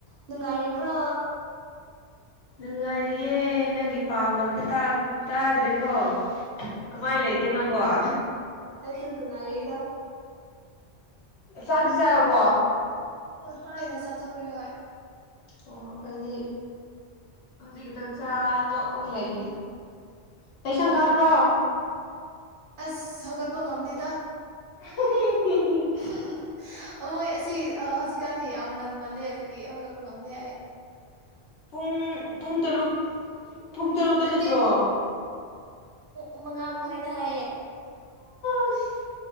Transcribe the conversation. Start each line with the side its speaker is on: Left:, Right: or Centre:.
Right: ꯅꯨꯡꯉꯥꯏꯔꯤꯕ꯭ꯔꯣ
Left: ꯅꯨꯡꯉꯥꯏꯔꯤꯌꯦ ꯅꯪꯒꯤ ꯄꯥꯎꯒ ꯑꯝꯇ ꯇꯥꯗ꯭ꯔꯦꯀꯣ ꯀꯃꯥꯏ ꯂꯩꯒꯦ ꯅꯪꯕꯣ <unintelligible>
Right: ꯑꯩꯁꯨ ꯅꯨꯡꯉꯥꯏꯔꯤꯗ꯫
Left: ꯆꯥꯛꯇꯤ ꯆꯥꯔꯕꯣ
Right: ꯑꯣ ꯉꯥꯁꯥꯏꯅ ꯆꯥꯊꯣꯛꯈ꯭ꯔꯦ ꯍꯣꯏ
Left: ꯑꯣ ꯑꯩꯈꯣꯏꯗꯤ ꯍꯧꯖꯤꯛ ꯆꯥ ꯇꯣꯛꯄꯒ ꯂꯩꯔꯤ ꯀꯩꯁꯪ
Right: ꯑꯣ
Left: ꯀꯥꯕ꯭ꯔꯣ
Right: ꯑꯁ ꯍꯧꯒꯠꯄ ꯉꯝꯗꯦꯗ
Left: <unintelligible>
Right: <unintelligible> ꯃꯣꯏ ꯑꯁꯤ ꯍꯧꯖꯤꯛꯀꯥꯟꯗꯤ ꯌꯥꯝ ꯉꯟꯃꯜꯂꯦ ꯑꯗꯨꯒꯤ ꯍꯧꯒꯠꯄ ꯉꯝꯗꯦ ꯑꯩ
Left: ꯄꯨꯡ ꯄꯨꯡ ꯇꯔꯨꯛ ꯄꯨꯡ ꯇꯔꯨꯛꯇ
Right: ꯅꯠꯇꯦ
Left: ꯅꯠꯇ꯭ꯔꯣ
Right: ꯄꯨꯨꯡ ꯃꯉꯥ ꯃꯈꯥꯏꯗ ꯍꯥꯏꯌꯦ
Left: ꯑꯁ